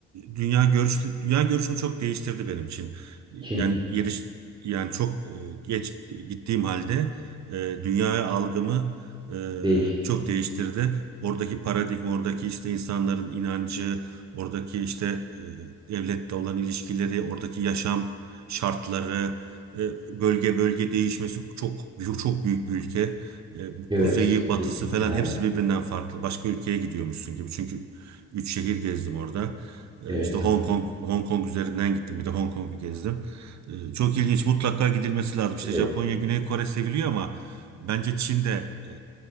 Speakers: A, on the right (about 65°); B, on the right (about 15°).
A: dünya görüş dünya görüşümü çok değiştirdi benim için. Yani
B: Çin
A: yeriş yani çok e, geç gittiğim halde e, dünyaya algımı e,
B: değiş.
A: çok değiştirdi. Oradaki paradigma, oradaki işte insanların inancı, oradaki işte e, devlette olan ilişkileri, oradaki yaşam şartları, e, bölge bölge değişmesi çok çok büyük bir ülke. E, bu
B: Evet.
A: kuzeyi, batısı
B: Kesinlikle
A: falan
B: abi.
A: hepsi birbirinden farklı. Başka ülkeye gidiyormuşsun gibi. Çünkü üç şehir gezdim orada. E,
B: Evet
A: işte Hong
B: abi.
A: Kong, Hong Kong üzerinden gittim. Bir de Hong Kong'u gezdim. E, çok ilginç. Mutlaka gidilmesi lazım. İşte
B: Evet.
A: Japonya, Güney Kore seviliyor ama bence Çin de e,